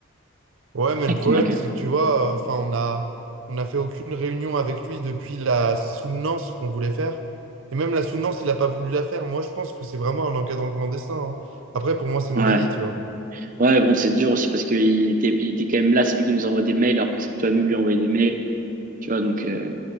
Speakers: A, on the right; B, on the right.
A: Ouais, mais
B: Ah,
A: le problème,
B: qui m'inquiète.
A: c'est que tu vois, euh, enfin, on a, on a fait aucune réunion avec lui depuis la soutenance qu'on voulait faire. Et même la soutenance, il n'a pas voulu la faire. Moi, je pense que c'est vraiment un encadrant clandestin. hein. Après, pour moi, c'est mon
B: Ouais.
A: avis, tu vois.
B: Ouais, bon, c'est dur aussi parce qu'il était, il était quand même là, c'est lui qui nous envoie des mails, alors que c'est plutôt à nous de lui envoyer des mails, tu vois, donc euh,